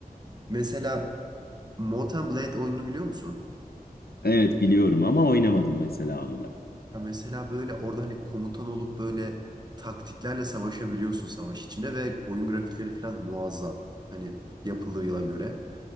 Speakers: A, on the right; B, on the left.
A: Mesela Mortal Blade oyununu biliyor musun?
B: Evet biliyorum ama oynamadım mesela onu da.
A: Ya mesela böyle orada hani komutan olup böyle taktiklerle savaşabiliyorsun savaş içinde ve oyun grafikleri falan muazzam. Hani yapılığıyla göre.